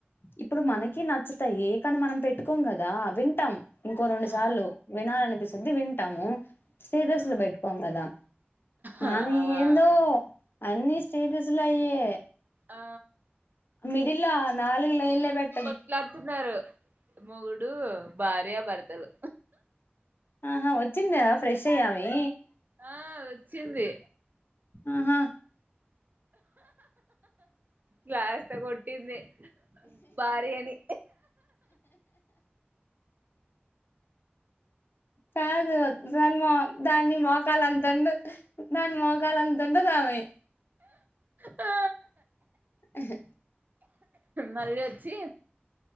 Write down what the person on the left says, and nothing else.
ఇప్పుడు మనకి నచ్చతాయి కాని మనం పెట్టుకోం కదా వింటాం ఇంకో రెండు
సార్లు వినాలనిపిస్తుద్ది వింటాము స్టేటస్లు
పెట్టుకోం కదా
అనీ ఏందో అన్ని స్టేటస్లు అయ్యే
మిడిల నాలుగు లైన్ల పేట్
ఆహా వచ్చిందా ఫ్రెష్ య్యామి
ఆహా
కాదు దరి మ దాన్ని మోకాలు అంత ఉండు దాని మోకాల అంత ఉంటది ఆమి
ఆహా